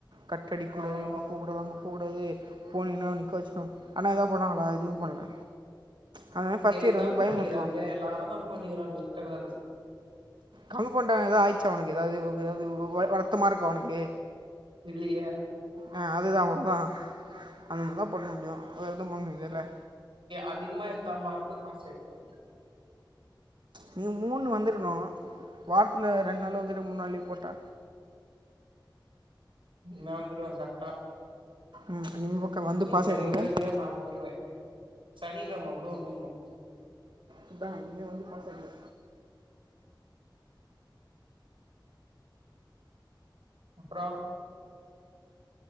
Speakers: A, on the right (about 65°); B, on the right (about 85°).
A: கட் அடிக்க கூடாது
B: ஆமா
A: இங்கே
B: ஆமா
A: போக்கூடாது அங்கே போக்கூடாது போனிங்கானா நிக்க வெச்சு ஆனா எதா பண்ணாங்களா எதுவும் பண்ணல அதனால ஃபஸ்ட்
B: எனக்கு
A: இயர்
B: கம்மி
A: வந்து பயமுறுத்துவான்
B: பண்ணிக்கிறாங்களே எல்லாரும் கம்மி பண்ணிக்கிறாங்க எல்லா எடதுலையும்
A: கம்மி பண்ணிடங்க ஏதாவ ஆயிச்சா உனக்கு ஏதாவது ஏதாவது வருத்தமா இருக்கா உனக்கு
B: இல்லியே
A: ஆ அதுதான் அவ்ளோ தான் அந்த மாரி தான் பண்ண முடியும் வேறு எதுவும் பண்ண முடியது இல்லே
B: அதிகமா எடுத்த மார்க் பாஸ் ஆயிடலா
A: நீங்க மூணு வந்துருக்கணு வாரத்தில ரெண்டு நாள் வந்துட்டு மூணு நாள் லீவு போட்ட
B: நான் வந்துடுவேன் கரெட்டா
A: ம் <unintelligible>
B: நீங்க வரிங்கலோ
A: ஆகிடுவில்ல
B: இல்லயோ நா வந்துடுவே சனிக்கெழம கூட வந்துட்ணு
A: அந்த நீயே வந்து பாசாயிடுவ
B: அப்றோ